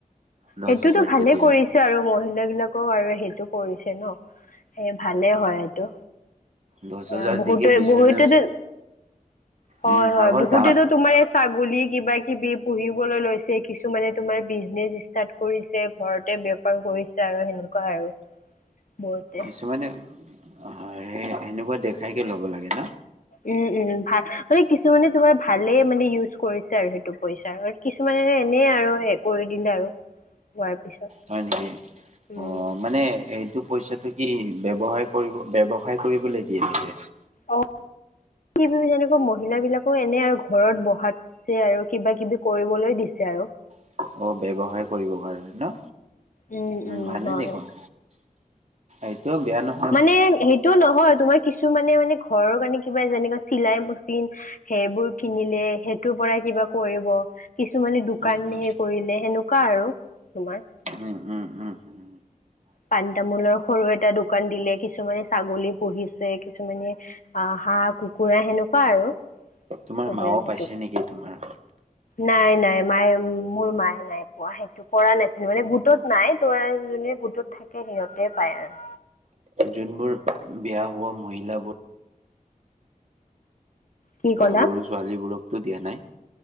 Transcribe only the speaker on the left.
সেইটোতো
ভালে
কৰিছে আৰু মহিলা বিলাকক আৰু সেইটো কৰিছে ন! এ, ভালে হয় এইটো।
অ',
বহুতে
বহুতেত,
হয়,
হয়।
বহুতেত
তোমাৰ ছাগলী কিবা কিবি পুহিবলৈ লৈছে, কিছুমানে তোমাৰ বিজনেচ ষ্টাৰ্ট কৰিছে, ঘৰতে বেপাৰ কৰিছে আৰু সেনেকুৱা আৰু বহুতে।
উ, উ, ভা মানে কিছুমানে তোমাৰ ভালেই মানে ইউজ কৰিছে আৰু সেইটো পইচাৰ কিছুমানে এনেই আৰু হে কৰি দিলে আৰু, হোৱাৰ পিছত।
উম
অ কি <unintelligible> যেনেকৈ মহিলা বিলাকো এনে আৰু ঘৰত বহাত যে আৰু কিবা কিবি কৰিবলৈ দিছে আৰু।
উম
উম
হয়
মানে সেইটো নহয়, তোমাৰ কিছুমানে মানে ঘৰৰ কাৰণে কিবা যেনেকে চিলাই মেচিন সেইবোৰ কিনিলে, সেইটোৰ পৰাই কিবা কৰিব। কিছুমানে দোকানে
কৰিলে, সেনেকুৱা আৰু তোমাৰ।
পাণ-তামোলৰ সৰু এটা দোকান দিলে, কিছুমানে ছাগলী পুহিছে, কিছুমানে অ', হাঁহ-কুকুৰা সেনেকুৱা আৰু।
চবে
সেইটো।
নাই নাই মায়ে মোৰ মায়ে নাই পোৱা সেইটো, কৰা নাছিল মানে, গোটত নাই ত' জোনে গোটত থাকে, সিহঁতে পাই আৰু।
কি ক'লা